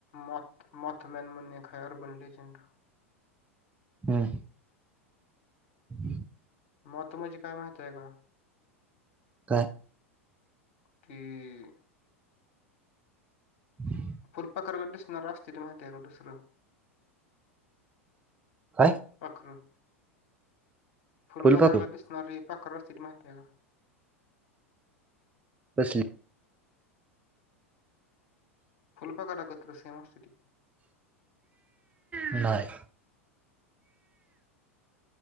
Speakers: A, on the left; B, on the right.
A: मौत मौत मॅन म्हणून हाय अर्बण लेजंड.
B: हम्म हम्म
A: मॉत माझे काय माहत आहे का?
B: काय?
A: की
B: <inaudible>
A: फुलपाकरागत दिसणार असतेति माहिती आहे का दुसरं?
B: काय
A: पाखरं फुलपाखरा
B: फुलपाखरू
A: गत दिसणार पाखर असतात माहितीय का?
B: कसली?
A: फुलपाखरागत कसे मस्त ते.
B: नाय